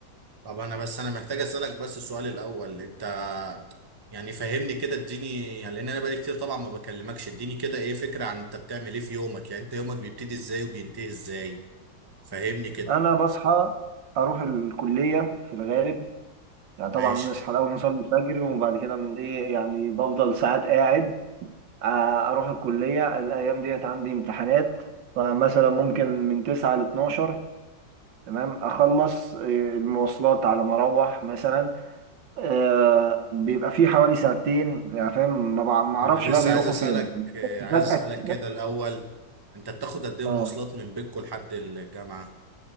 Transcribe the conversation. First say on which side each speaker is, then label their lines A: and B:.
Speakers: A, on the right; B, on the right.
A: طب انا بس انا محتاج اسألك بس السؤال الاول انت يعني فهمني كده اديني يعني لان انا بقالي كتير طبعا ما بكلمكش اديني كده ايه فكرة عن انت بتعمل ايه في يومك يعني انت يومك بيبتدي ازاي وبينتهي ازاي فهمني كده
B: انا بصحى اروح الكليه في الغالب يعني
A: ماشي
B: طبعا نصحى
A: طب
B: الاول نصلي الفجر وبعد كده من ايه يعني بفضل ساعات قاعد آه، اروح الكليه الايام ديت عندي امتحانات فمثلا ممكن من 9 ل 12 تمام اخلص آه، المواصلات على ما اروح مثلا آه، بيبقى في حوالي ساعتين يعني فاهم ما بع- ما اعرفش
A: ما انا لسه
B: بقى بيروحوا
A: عايز اسألك
B: فين <laughs>
A: آه،
B: بس
A: عايز
B: فجاه
A: اسألك
B: كده
A: كده الاول انت بتاخد قد ايه
B: اه
A: مواصلات من بيتكو لحد الجامعة